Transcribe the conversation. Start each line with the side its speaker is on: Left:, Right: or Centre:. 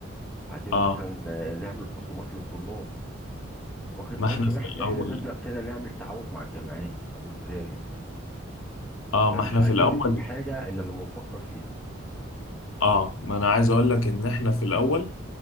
Centre: عايزين
Left: اه
Centre: مثلا آه، نعمل خصومات للطلاب واخد
Left: ما
Centre: ممكن
Left: احنا في
Centre: احنا
Left: الاول
Centre: احنا ذات نفسنا نعمل تعاون مع الجامعات او المدارس
Left: اه
Centre: فمش
Left: ما احنا
Centre: عايزين
Left: في الاول
Centre: نسيب حاجه الا لما نفكر فيها
Left: اه ما انا عايز اقول لك ان احنا في الاول